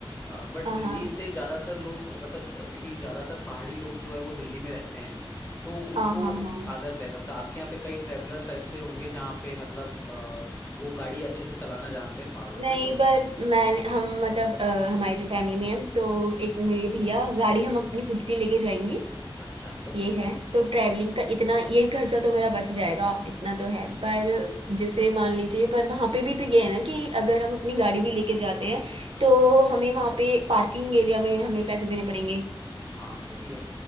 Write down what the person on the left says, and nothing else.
बट
दिल्ली
से ज्यादातर लोग मतलब अ, क्योंकि ज्यादातर पहाड़ी लोग जो है वो दिल्ली में रहते हैं तो उनको
आदत है मतलब आपके यहाँ पे कई ट्रेवलर्स ऐसे होंगे जहाँ पे मतलब अ, वो गाड़ी अच्छे से चलाना जानते हैं पहाड़ों पे
तो
अच्छा तब
तो फिर
बढ़िया
है
हाँ वो भी है